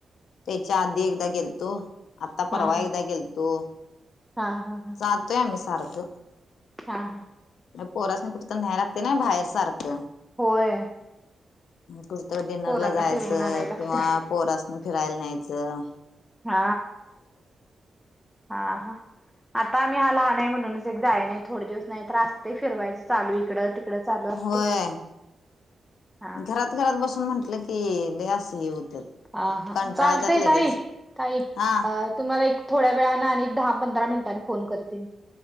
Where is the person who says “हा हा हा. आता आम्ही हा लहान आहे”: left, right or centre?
Centre